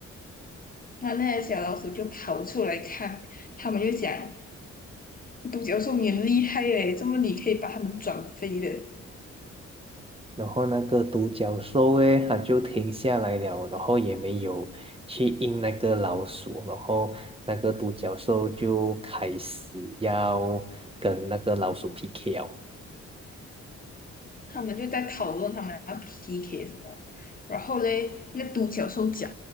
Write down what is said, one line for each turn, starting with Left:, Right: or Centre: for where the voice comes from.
Left: 那那些小老鼠就跑出来看，他们就讲独角兽你很厉害嘞，怎么你可以把它们转飞的。
Right: 然后那个独角兽诶，它就停下来了，然后也没有去应那个老鼠，然后那个独角兽就开始要跟那个老鼠 PK 了。
Left: 他们就在讨论他们要 PK 什么，然后嘞，那独角兽讲，